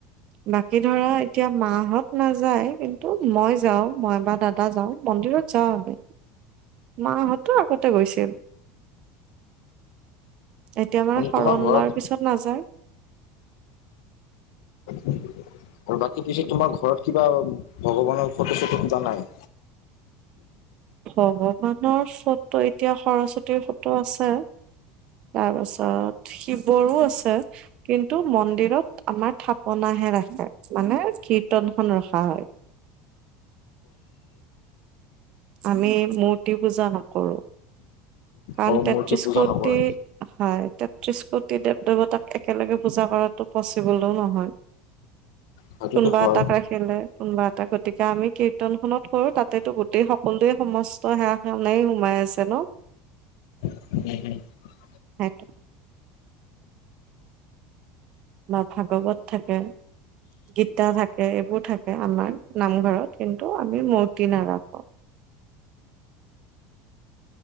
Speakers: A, on the right (about 40°); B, on the left (about 80°).
A: বাক বাকি ধৰা এতিয়া মাহত নাযায় কিন্তু, মই যাওঁ মই বা দাদা যাওঁ মন্দিৰত যাওঁ। বাবে মাহঁতো আগতে গৈছিল। আতা এতিয়া মানে শৰণ
B: তোমাৰ ঘৰত
A: লোৱাৰ পিছত নাযায়।
B: আৰু বাকী পিছত তোমাৰ ঘৰত কিবা ভগৱানৰ ফটো-চটো পূজা নাই? <inaudible>
A: ভগৱানৰ ফটো এতিয়া সৰস্বতীৰ ফটো আছে। তাৰপাছত শিৱৰো আছে। কিন্তু, মন্দিৰত আমাৰ থাপন হে ৰাখে। মানে কীৰ্তনখন ৰখা হয়। আমি মূৰ্তি পূজা নকৰো। কাৰণ
B: অ
A: তেত্ৰিশ
B: মূৰ্তি পূজা
A: কোটি
B: নকৰে
A: হয়, তেত্ৰিশ কোটি দেৱ দেৱত তাক একেলগে পূজা কৰাটো পচিবলও নহয়।
B: সেইটোতো
A: কোনোবা
B: হয়
A: এটাক ৰাখিলে কোনোবা এটা গতিকে আমি কীৰ্তনখননত কৰো তাতে গোটেই সকলোৱে সমস্ত সেৱা সেনাই সোমাই আছে ন।
B: উম, উম।
A: সেইটো। বা ভাগৱত থাকে গীতা থাকে এইবোৰ থাকে আমাৰ নামঘৰত কিন্তু আমি মূৰ্তি নাৰাখো